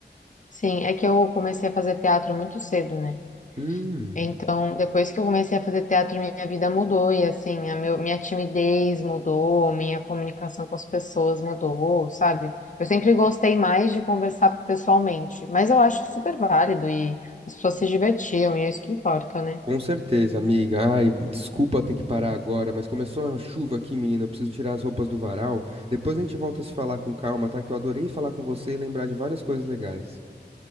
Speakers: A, on the left; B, on the right.
A: sim, é que eu comecei a fazer teatro muito cedo, né?
B: Hum.
A: Então, depois que eu comecei a fazer teatro, minha vida mudou e, assim, a meu, minha timidez mudou, minha comunicação com as pessoas mudou, sabe? Eu sempre gostei mais de conversar pessoalmente, mas eu acho super válido e as pessoas se divertiam e é isso que importa, né?
B: Com certeza, amiga. Ai, desculpa ter que parar agora, mas começou a chuva aqui, menina. Eu preciso tirar as roupas do varal. Depois a gente volta a se falar com calma, tá? Que eu adorei falar com você e lembrar de várias coisas legais.